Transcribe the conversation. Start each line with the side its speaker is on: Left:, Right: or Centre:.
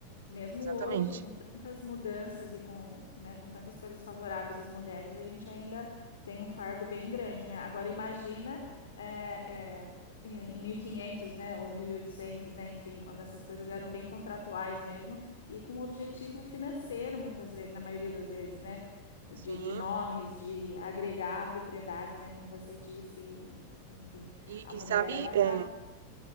Left: Mesmo
Right: exatamente.
Left: hoje, com tantas mudanças e com, né, com tantas coisas favoráveis às mulheres, a gente ainda tem um fardo bem grande, né? Agora imagina é, é, em em 1500, né, ou 1800, né, enfim, quando essas coisas eram bem contratuais mesmo e com um objetivo financeiro, muitas vezes, na maioria das vezes, né,
Right: Sim.
Left: de, de nomes, de agregar propriedades, né, como você disse, e, enfim,
Right: E,
Left: a mulher
Right: e sabe,
Left: ela
Right: é...
Left: tá,